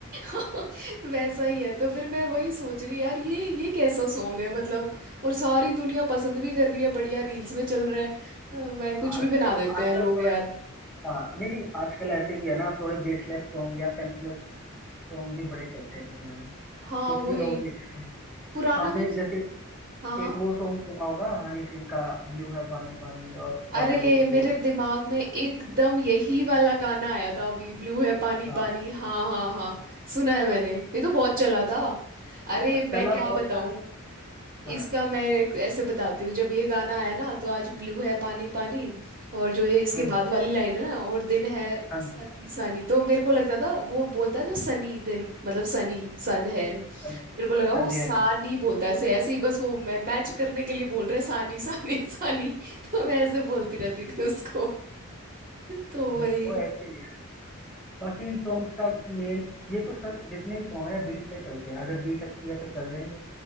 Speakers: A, on the right; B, in the centre.
A: <laughs> वैसा ही है तो फिर मैं वही सोच रही यार ये ये कैसा सॉन्ग है मतलब और सारी दुनिया पसंद भी कर रही है बढ़िया रील्स में चल रहा है अ, मैं कुछ
B: आजकल
A: भी बना देते
B: आजकल
A: हैं लोग
B: थोड़ा
A: यार
B: हाँ नहीं नहीं आजकल ऐसे भी है ना थोड़े बेसलेस सॉन्ग या सेंसलेस सॉन्ग भी बड़े चलते हैं दुनिया में
A: हाँ
B: कुछ
A: वही
B: भी लोग लिख रहे हैं
A: पुराना
B: आपने
A: म्यूजिक
B: जैसे
A: हाँ हाँ
B: एक वो सॉन्ग सुना होगा हनी सिंह का ब्लू है पानी पानी और
A: अरे
B: चार बोतल
A: मेरे
B: वोट
A: दिमाग में एकदम यही वाला गाना आया था अभी ब्लू है पानी
B: हाँ
A: पानी हाँ हाँ हाँ सुना है मैंने ये तो बहुत चला था अरे मैं
B: चला
A: क्या
B: बहुत
A: बताऊं
B: था हाँ
A: इसका मैं एक ऐसे बताती हूँ जब ये गाना आया ना तो आज ब्लू है पानी पानी और जो ये इसके
B: हम्म
A: बाद वाली लाइन है ना और दिन है
B: हाँ
A: सनी सनी तो मेरे को लगता था वो बोलता है ना सनी दिन मतलब सनी सन है मेरे
B: हाँ
A: को लगा
B: हाँ
A: वो
B: जी
A: सानी
B: हाँ जी
A: बोलता है ऐसे ऐसे ही बस वो मैं मैच करने के लिए बोल रहा है सानी सानी <laughs> सानी तो मैं ऐसे बोलती रहती थी उसको तो
B: नहीं,
A: वही
B: वो ऐसे ही है बाकी इन सॉन्ग्स का मेन ये तो सर जितने भी सॉन्ग है बीट पे चलते हैं अगर बीट अच्छी है तो चल जाएंगे